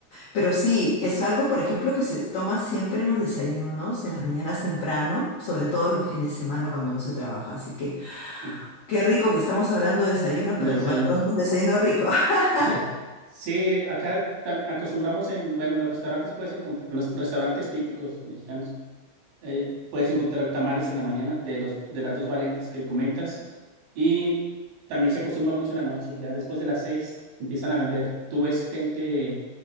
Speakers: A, on the left; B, on the right.
A: Pero sí, es algo, por ejemplo, que se toma siempre en los desayunos, en las mañanas temprano, sobre todo los fines de semana cuando no se trabaja. Así que
B: sí,
A: qué rico que estamos hablando de desayunos
B: de
A: para
B: desayuno.
A: tomar pronto un desayuno rico. <laughs>
B: <laughs> Sí, acá tam- acostumbramos en, bueno, en los restaurantes puedes encontrar, en los restaurantes típicos mexicanos, eh, puedes encontrar tamales en la mañana de los, de las dos variantes que comentas. Y también se acostumbra mucho en la noche. Ya después de las seis empiezan a vender. Tú ves gente